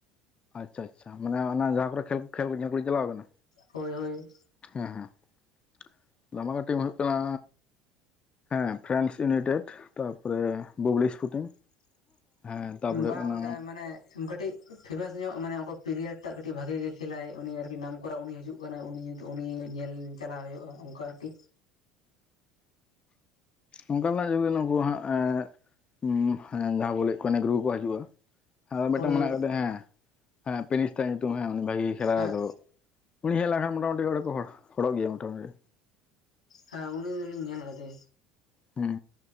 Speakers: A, on the left; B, on the left.
A: ᱟᱪᱷᱟ ᱟᱪᱷᱟ ᱢᱟᱱᱮ ᱚᱱᱟ ᱡᱟᱦᱟᱸ ᱠᱚᱨᱮ ᱠᱷᱮᱞ ᱠᱷᱮᱞ ᱠᱚ ᱠᱚᱧ ᱠᱚ ᱵᱮᱱ ᱪᱟᱞᱟᱣ ᱟᱠᱟᱱᱟ?
B: ᱦᱳᱭ ᱦᱳᱭ᱾
A: ᱦᱮᱸ ᱦᱮᱸ᱾ <inaudible> ᱴᱤᱢ ᱦᱳᱭᱳᱜ ᱠᱟᱱᱟ ᱦᱮᱸ ᱯᱷᱨᱮᱱᱥ ᱭᱩᱱᱤᱴᱮᱰ ᱛᱟᱵᱽ ᱛᱟᱯᱚᱨᱮ ᱵᱩᱜᱽᱲᱤᱥ ᱯᱷᱩᱴᱤᱝ ᱦᱮᱸ ᱛᱟᱯᱚᱨᱮ ᱦᱳᱭᱳᱜ
B: ᱵᱟ
A: ᱠᱟᱱᱟ
B: ᱚᱱᱮ ᱢᱟᱱᱮ ᱠᱟᱹᱴᱤᱡ ᱯᱷᱮᱢᱟᱥ ᱧᱚᱜ ᱢᱟᱱᱮ ᱚᱠᱟ ᱯᱮᱨᱤᱭᱟᱰ ᱴᱟᱜ ᱠᱟᱹᱴᱤᱡ ᱵᱷᱟᱜᱤ ᱜᱮ ᱠᱷᱮᱞᱟᱭ ᱩᱱᱤ ᱟᱨᱠᱤ ᱱᱟᱢ ᱠᱚᱨᱟ ᱩᱱᱤ ᱦᱤᱡᱩᱜ ᱠᱟᱱᱟ ᱩᱱᱤ, ᱩᱱᱤ ᱧᱮᱞ ᱪᱟᱞᱟᱜ ᱦᱩᱭᱩᱜᱼᱟ ᱚᱱᱠᱟ ᱟᱨᱠᱤ
A: ᱚᱱᱠᱟᱱᱟᱜ ᱡᱩᱜᱤ ᱱᱩᱠᱩ ᱦᱟᱸᱜ ᱮᱻ ᱩᱸᱻ ᱦᱮᱸ ᱡᱟᱦᱟᱸ ᱵᱳ ᱞᱟᱹᱭᱮᱫ ᱠᱚᱣᱟ ᱱᱮᱜᱽᱨᱩ ᱠᱚ ᱦᱟᱹᱡᱩᱜᱼᱟ᱾ ᱟᱨ ᱢᱤᱫ
B: ᱦᱳᱭ
A: ᱴᱟᱝ ᱢᱮᱱᱟᱜ
B: ᱦᱳᱭ
A: ᱠᱟᱫᱤ ᱦᱮᱸ ᱦᱮᱸ᱾ ᱯᱤᱱᱤᱥ ᱛᱟᱭ ᱧᱩᱛᱩᱢ ᱦᱮᱸ ᱩᱱᱤ ᱵᱷᱟᱹᱜᱤᱭ ᱠᱷᱮᱞᱟ
B: ᱦᱮᱸ
A: ᱟᱫᱚ ᱩᱱᱤ ᱦᱮᱡ ᱞᱮᱱᱠᱷᱟᱱ ᱢᱚᱴᱟᱢᱩᱴᱤ ᱚᱸᱰᱮ ᱠᱚ ᱦᱚᱲ ᱦᱚᱲᱚᱜ ᱜᱮᱭᱟ ᱢᱚᱴᱟᱢᱩᱴᱤ᱾
B: ᱦᱮᱸ ᱩᱱᱤ ᱫᱚᱞᱤᱧ ᱧᱮᱞ ᱠᱟᱫᱮ
A: ᱦᱩᱸ